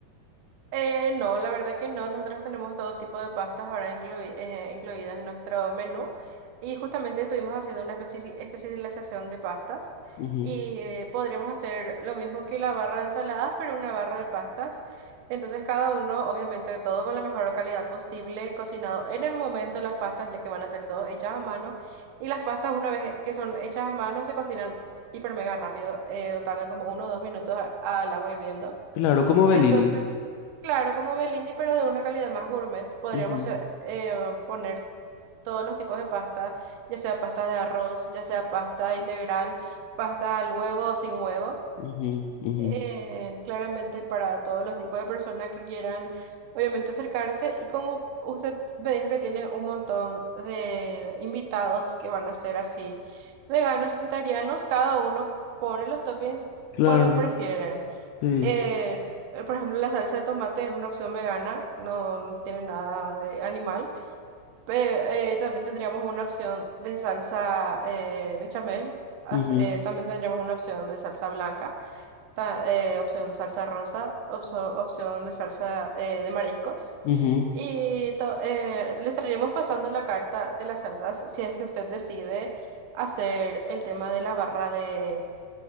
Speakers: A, on the right (about 75°); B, on the left (about 85°).
A: Eh, no, la verdad que no. Nosotros tenemos todo tipo de pastas ahora inclui- eh, incluidas en nuestro menú. Y justamente estuvimos haciendo una especi- especialización de pastas.
B: Ujú.
A: Y eh, podríamos hacer lo mismo que la barra de ensaladas, pero una barra de pastas. Entonces, cada uno, obviamente, todo con la mejor calidad posible, cocinado en el momento las pastas, ya que van a ser todas hechas a mano. Y las pastas, una vez que son hechas a mano, se cocinan hiper mega rápido. eh, tardan como uno o dos minutos a- al agua hirviendo.
B: Claro, como Bellini.
A: Entonces, claro, como Bellini, pero de una calidad más gourmet, podríamos
B: Ujú,
A: eh, eh, poner todos los tipos de pasta, ya sea pasta de arroz, ya sea pasta integral, pasta al huevo o sin huevo.
B: ujú, ujú.
A: eh, claramente para todos los tipos de personas que quieran, obviamente, acercarse. Y como usted me dijo que tiene un montón de invitados que van a ser así, veganos, vegetarianos, cada uno pone los toppings
B: Claro,
A: cuál prefieren.
B: sí.
A: Eh, eh, por ejemplo, la salsa de tomate es una opción vegana, no, no tiene nada de animal. Pero eh, también tendríamos una opción de salsa eh, bechamel. as-
B: ujú,
A: eh, también tendríamos una opción de salsa blanca, ta- eh, opción salsa rosa, opso- opción de salsa eh, de mariscos.
B: ujú,
A: Y to- eh, le estaríamos pasando la carta de las salsas si es que usted decide hacer el tema de la barra de,